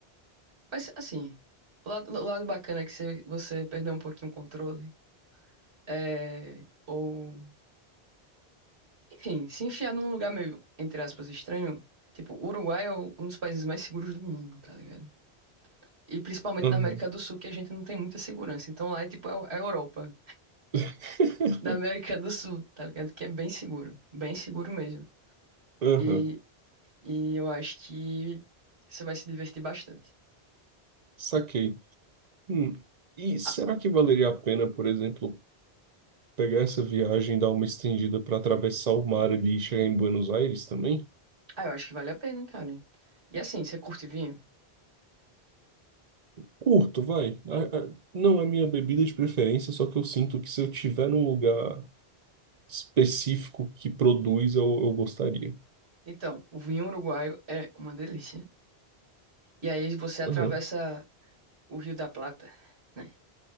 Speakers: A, on the right (about 80°); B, on the right (about 45°).
A: mas assim, o lado, o lado bacana é que você, você perdeu um pouquinho o controle, é. Ou Enfim, se enfiar num lugar meio, entre aspas, estranho, tipo, o Uruguai é o- um dos países mais seguros do mundo, tá ligado? E principalmente
B: Aham.
A: na América do Sul, que a gente não tem muita segurança. Então lá é tipo a a Europa
B: <laughs>
A: da América do Sul, tá ligado? Que é bem seguro, bem seguro mesmo.
B: Aham,
A: E, e eu acho que você vai se divertir bastante.
B: saquei. Hum, E será
A: Ah,
B: que valeria a pena, por exemplo, pegar essa viagem, dar uma estendida para atravessar o mar ali e chegar em Buenos Aires também?
A: ah, eu acho que vale a pena, cara. E assim, você curte vinho?
B: Curto, vai. A- a- Não é minha bebida de preferência, só que eu sinto que se eu tiver num lugar específico que produz, eu, eu gostaria.
A: Então, o vinho uruguaio é uma delícia. E aí você atravessa
B: Aham,
A: o Rio da Plata. né?